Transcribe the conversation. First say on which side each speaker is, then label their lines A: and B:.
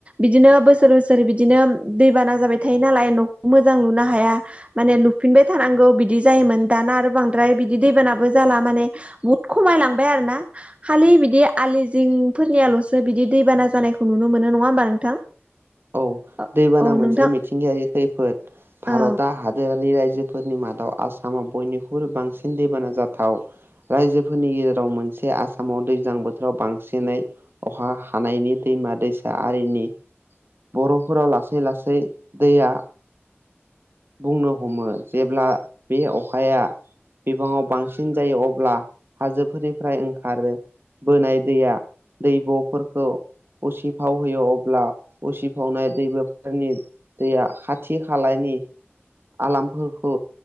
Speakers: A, on the right (about 30°); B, on the right (about 55°).
A: बिदिनो बोसोर बोसोर बिदिनो दैबाना जाबाय थायो नालाय न'खौ मोजां लुनो ह हाया माने लुफिनबाय थानांगौ बिदि जायोमोन दाना आरो बांद्राय बिदि दैबानाबो जाला माने बुद खमायलांबाय आरो ना। खालि बिदि आलि जिंफोरनियाल'सो बिदि दैबाना जानायखौ नुनो मोनो नङा होमबा नोंथां।
B: औ
A: <inaudible>
B: दैबाना
A: औ
B: मोनसे
A: नोंथां
B: मिथिंगायारि खैफोद
A: औ
B: भारतआ हादोरारि राय्जो फोरनि मादाव आसामाव बयनिख्रुइबो बांसिन दैबाना जाथाव। राय्जोफोरनि गेजेराव मोनसे आसामाव दैज्लां बोथोराव बांसिनै अखा हानायनि दैमा दैसा आरिनि बर'फोराव लासै लासै दैया बुंनो हमो जेब्ला बे अखाया बिबाङाव बांसिन जायो अब्ला हाजोफोरनिफ्राय ओंखारो बोनाय दैया दैब'फोरखौ उसिफाव होयो अब्ला उसिफावनाय दैबोफोरनि दैया खाथि खालायनि आलामफोरखो